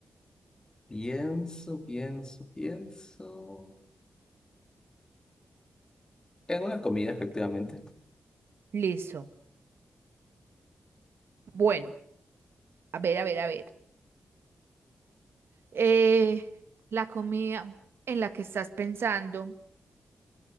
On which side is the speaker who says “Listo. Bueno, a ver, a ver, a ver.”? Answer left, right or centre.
Right